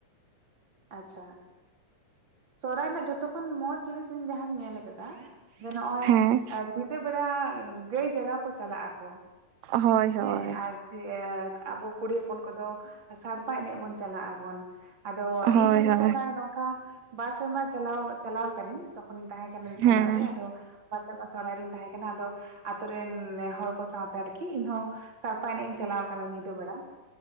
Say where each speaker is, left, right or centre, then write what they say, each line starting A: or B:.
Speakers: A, on the right; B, on the right.
A: ᱟᱪᱪᱷᱟ, ᱥᱚᱦᱚᱨᱟᱭ ᱨᱮᱱᱟᱜ ᱡᱷᱚᱛᱚᱠᱷᱱ, ᱢᱚᱸᱡᱽ ᱡᱤᱱᱤᱥ ᱤᱧ ᱡᱟᱦᱟᱸᱟᱧ ᱧᱮᱞ ᱠᱟᱫᱟ, ᱡᱮ ᱱᱚᱜ-ᱚᱭ
B: ᱦᱮᱸ
A: ᱧᱤᱫᱟᱹ ᱵᱮᱲᱟ, ᱜᱟᱹᱭ ᱡᱟᱜᱟᱣ ᱠᱚ ᱪᱟᱞᱟᱜ ᱟᱠᱚ
B: ᱦᱳᱭ ᱦᱳᱭ
A: ᱦᱮᱸ ᱟᱨ ᱮ ᱟᱵᱚ ᱠᱩᱲᱤ ᱦᱚᱯᱚᱱ ᱠᱚᱫᱚ, ᱥᱟᱲᱯᱟ ᱮᱱᱮᱡ ᱵᱚᱱ ᱪᱟᱞᱟᱜ ᱟᱵᱚᱱ᱾ ᱟᱫᱚ
B: ᱦᱳᱭ
A: ᱤᱧᱦᱚᱸ
B: ᱦᱳᱭ
A: ᱫᱤᱥᱚᱢ ᱚᱲᱟᱜ ᱨᱮ, ᱱᱚᱝᱠᱟ ᱵᱟᱨ ᱥᱮᱨᱢᱟ ᱪᱟᱞᱟᱣ, ᱪᱟᱞᱟᱣ ᱠᱟᱱᱟᱹᱧ ᱡᱚᱠᱷᱚᱱᱤᱧ ᱛᱟᱦᱮᱸ ᱠᱟᱱᱟ᱾ ᱡᱟᱱᱟᱢ ᱫᱤᱥᱚᱢ
B: ᱦᱮᱸ
A: ᱚᱲᱟᱜ ᱨᱮ, ᱟᱫᱚ ᱵᱟᱨ ᱥᱮᱨᱢᱟ ᱥᱚᱨᱦᱟᱭ ᱨᱤᱧ ᱛᱟᱦᱮᱸ ᱠᱟᱱᱟ, ᱟᱫᱚ ᱟᱛᱳ ᱨᱮᱱ, ᱦᱚᱲ ᱠᱚ ᱥᱟᱶᱛᱮ ᱟᱨᱠᱤ, ᱤᱧ ᱦᱚᱸ ᱥᱟᱲᱯᱟ ᱮᱱᱮᱡ ᱤᱧ ᱪᱟᱞᱟᱣ ᱠᱟᱱᱟ, ᱧᱤᱫᱟᱹ ᱵᱮᱲᱟ᱾